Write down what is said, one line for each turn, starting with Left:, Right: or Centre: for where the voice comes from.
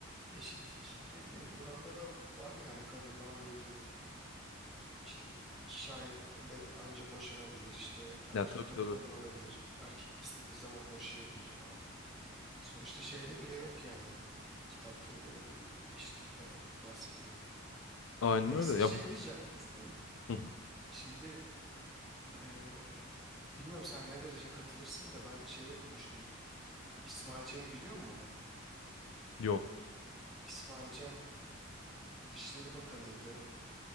Centre: eşitlik ne bileyim Kur'an'da da var yani kadınlarla ilgili işte iki şahitle anca boşanabilir işte erkek
Left: Ya tabii
Centre: dört
Left: tabii.
Centre: kadın alabilir erkek istediği zaman boşayabilir falan. Sonuçta şeyde bile yok yani kitapta bile öyle bir eşitlikten bahsetmiyor.
Left: Aynen
Centre: Neyse
Left: öyle.
Centre: şey
Left: Ya bu
Centre: diyeceğim. <clears throat>
Left: Hı,
Centre: Şimdi eee, bilmiyorum sen ne derece katılırsın da ben şeyi okumuştum. İsmail Cem'i biliyor musun?
Left: yok.
Centre: İsmail Cem Dışişleri Bakanı'ydı.